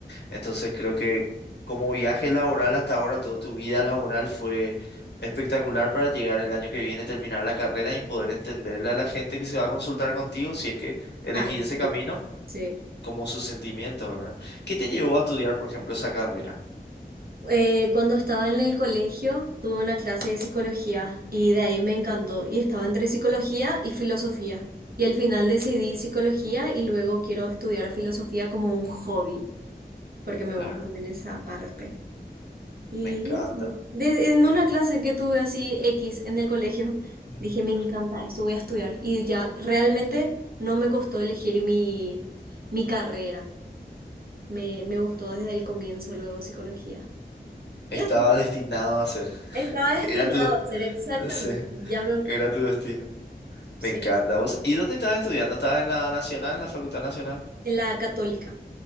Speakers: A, on the left (about 85°); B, on the right (about 60°).
A: Entonces creo que como viaje laboral hasta ahora, toda tu vida laboral fue espectacular para llegar el año que viene, terminar la carrera y poder entenderle a la gente que se va a consultar contigo si es que elegí
B: Ay,
A: ese
B: sí.
A: camino
B: Sí.
A: como sus sentimientos, ¿verdad? ¿Qué te llevó a estudiar, por ejemplo, esa carrera?
B: Eh, cuando estaba en el colegio, tuve una clase de psicología y de ahí me encantó. Y estaba entre psicología y filosofía. Y al final decidí psicología y luego quiero estudiar filosofía como un hobby, porque me
A: Claro,
B: gusta también esa parte. Y
A: me encanta.
B: y así. De- en una clase que tuve así X en el colegio,
A: Ujú.
B: dije, me encanta esto, voy a estudiar. Y ya realmente no me costó elegir mi, mi carrera. Me, me gustó desde el comienzo, luego psicología.
A: Estaba
B: Y así.
A: destinado a ser.
B: Estaba
A: <laughs>
B: destinado
A: Era tu,
B: a ser exactamente,
A: no sé,
B: ya me gustó.
A: era tu destino.
B: Sí,
A: Me encanta. ¿Vos- ¿Y dónde estabas estudiando? ¿Estabas en la Nacional, en la Facultad Nacional?
B: en la católica.